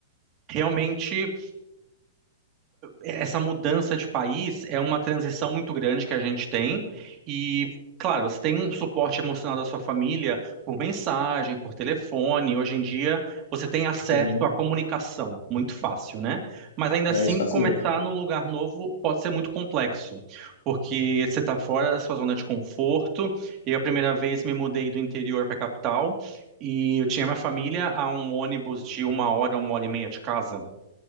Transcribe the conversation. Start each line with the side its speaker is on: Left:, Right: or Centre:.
Right: realmente essa mudança de país é uma transição muito grande que a gente tem e Claro, você tem um suporte emocional da sua família por mensagem, por telefone. Hoje em dia, você tem acesso
Left: Sim,
Right: à comunicação muito fácil, né? Mas ainda
Left: é,
Right: assim,
Left: isso facilita.
Right: começar num lugar novo pode ser muito complexo, porque você está fora da sua zona de conforto. Eu, a primeira vez, me mudei do interior para a capital e eu tinha minha família a um ônibus de uma hora, uma hora e meia de casa.